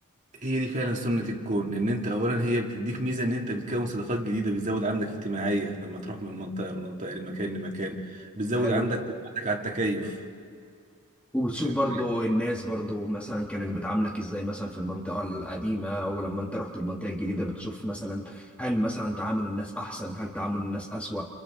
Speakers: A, on the right; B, in the centre.
A: هي دي فعلا سنة الكون ان انت اولا هي بتديك ميزة ان انت بتكون صداقات جديدة بتزود عندك اجتماعية لما تروح من منطقة لمنطقة لمكان لمكان بتزود
B: الحلو
A: عندك قدرتك على التكيف
B: وبتشوف
A: واخد
B: برضو
A: بالك؟
B: الناس برضو مثلا كانت بتعاملك ازاي مثلا في المنطقة القديمة ولما انت رحت المنطقة الجديدة بتشوف مثلا هل مثلا تعامل الناس احسن هل تعامل الناس اسوأ